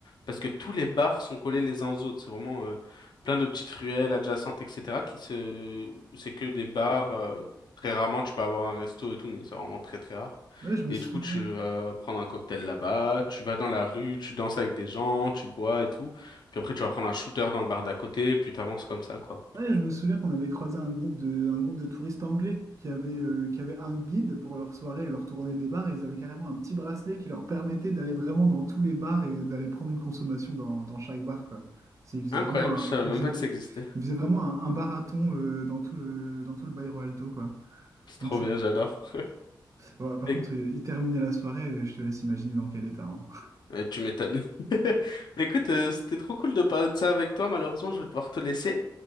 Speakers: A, on the left (about 60°); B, on the right (about 40°).
A: parce que tous les bars sont collés les uns aux autres. C'est vraiment euh, plein de petites ruelles adjacentes, etc. qui se... où c'est que des bars. euh, très rarement, tu peux avoir un resto et tout, mais c'est vraiment très, très rare.
B: Ouais, je me
A: Et
B: souviens.
A: du coup, tu vas prendre un cocktail là-bas, tu vas dans la rue, tu danses avec des gens, tu bois et tout. Puis après, tu vas prendre un shooter dans le bar d'à côté, puis t'avances comme ça, quoi.
B: Ouais, je me souviens qu'on avait croisé un groupe de, un groupe de touristes anglais qui avait, euh, qui avait un guide pour leur soirée et leur tournée des bars et ils avaient carrément un petit bracelet qui leur permettait d'aller vraiment dans tous les bars et d'aller prendre une consommation dans, dans chaque bar, quoi. C'est- Ils faisaient
A: Incroyable,
B: vraiment un,
A: je savais
B: ils faisaient
A: même pas
B: vra-
A: que ça existait. <laughs>
B: ils faisaient vraiment un, un barathon euh, dans tout le, dans tout le Bairro Alto, quoi.
A: C'est
B: Donc
A: trop
B: c'est,
A: bien, j'adore.
B: ouais, par
A: <laughs>
B: contre, euh, ils terminaient la soirée, euh, je te laisse imaginer dans quel état. hein.
A: Euh, tu m'étonnes. <laughs> Mais écoute, euh, c'était trop cool de parler de ça avec toi. Malheureusement, je vais devoir te laisser.